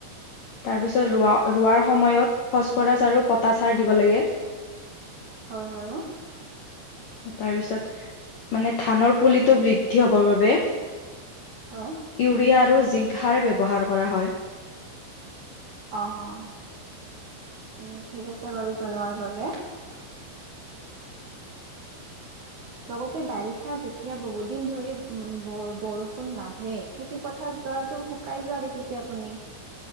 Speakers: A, on the left; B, on the right.
A: তাৰপিছত ৰোৱাৰ সময়ত ফচফৰাছ আৰু পতাচ সাৰ দিব লাগে।
B: হয়, হয় আৰু
A: তাৰপিছত মানে ধানৰ পুলিটো বৃদ্ধি হ'বৰ বাবে। ইউৰিয়া
B: হয়
A: আৰু জিংক হাৰ ব্যৱহাৰ কৰা হয়।
B: অ' উ ঠিক আছে বাৰু জনোৱাৰ বাবে। লগতে বাৰিষা যেতিয়া বহু দিন ধৰি উম বৰ-বৰষুণ নাহে খেতি পথাৰত উতৰাটো শুকাই যোৱা দেখিছে আপুনি।